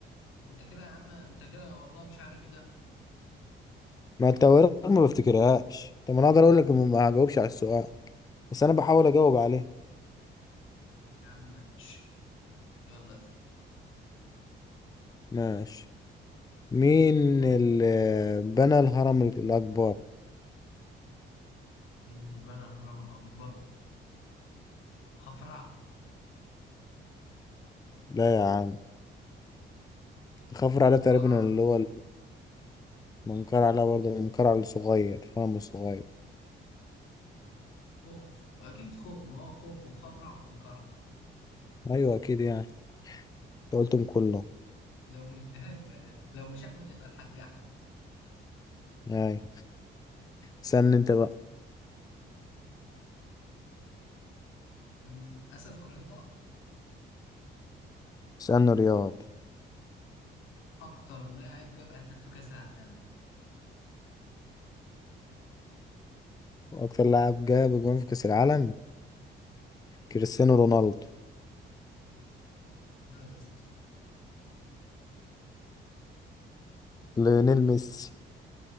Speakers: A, on the left; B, on the left.
A: انت كده يا عم انت كده والله مش عارف ايه ده
B: ما انت ورق ما بفتكرهاش طب انا اقدر اقول لك ما ما هجاوبش على السؤال بس انا بحاول اجاوب عليه
A: يا عم ماشي. يلا اسأل
B: ماشي مين اللي بنى الهرم الاكبر
A: مين اللي بنى هرم أكبر خفرع
B: لا يا عم خفر
A: منقرع
B: عليه تقريبا اللي هو المنقرع عليه برضه المنقرع الصغير الهرم الصغير
A: خوف أكيد خوف ما هو خوف وخفرع ومنقرع
B: ايوه اكيد يعني انت قلتهم كله
A: لو مش لو مش ده يبقى ده لو مش أحمد يبقى الحاج أحمد
B: اي استنى انت بقى
A: أمم، أسألك رياضة
B: استنى رياض
A: مين أكتر لاعب جاب أهداف في كأس العالم
B: اكتر لاعب جاب جون في كاس العالم كريستيانو رونالدو
A: لا يا اسطى
B: ليونيل ميسي